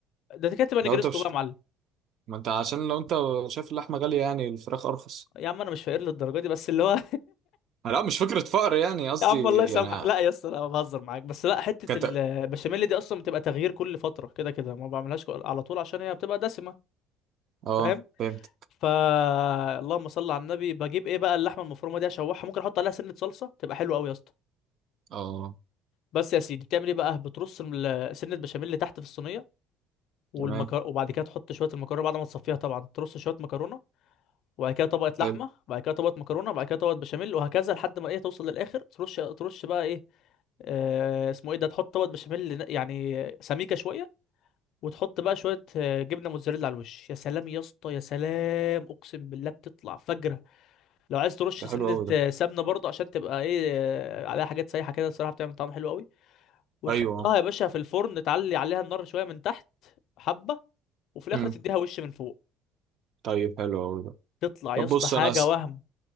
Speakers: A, on the left; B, on the right.
A: ده كده تبقى
B: لو
A: نجريسكو
B: انت مش
A: بقى يا معلم
B: ما انت عشان لو انت شايف اللحمه غاليه يعني الفراخ ارخص
A: يا عم انا مش فقير للدرجه دي بس اللي هو
B: آه، لا مش فكره فقر يعني قصدي
A: يا عم والله يسامحك
B: يعني
A: لا يا اسطى انا بهزر معاك بس لا حته
B: كت...
A: البشاميل دي اصلا بتبقى تغيير كل فتره كده كده ما بعملهاش كل- على طول عشان هي بتبقى دسمه
B: اه
A: فاهم
B: فهمت
A: فا اللهم صل على النبي بجيب ايه بقى اللحمه المفرومه دي اشوحها ممكن احط عليها سنه صلصه تبقى حلوه قوي يا اسطى
B: اه
A: بس يا سيدي بتعمل ايه بقى بترص ال- سنه بشاميل اللي تحت في الصينيه والمكر...
B: تمام
A: وبعد كده تحط شويه المكرونه بعد ما تصفيها طبعا ترص شويه مكرونه وبعد كده طبقه لحمه
B: حلو
A: وبعد كده طبقه مكرونه وبعد كده طبقه بشاميل وهكذا لحد ما ايه توصل للاخر ترش ترش بقى ايه آه، اسمه ايه ده تحط طبقه بشاميل يعني سميكه شويه وتحط بقى شويه آه، جبنه موتزاريلا على الوش يا سلام يا اسطى يا سلام اقسم بالله بتطلع فجره لو عايز ترش
B: ده
A: سنه
B: حلو قوي ده
A: آه، سمنه برضه عشان تبقى ايه آه، عليها حاجات سايحه كده الصراحه بتعمل طعم حلو قوي وتحطها
B: ايوه
A: يا باشا في الفرن تعلي عليها النار شويه من تحت حبه وفي الاخر
B: امم
A: تديها وش من فوق
B: طيب حلو قوي ده
A: تطلع
B: طب
A: يا اسطى
B: بص
A: حاجه
B: انا س...
A: وهم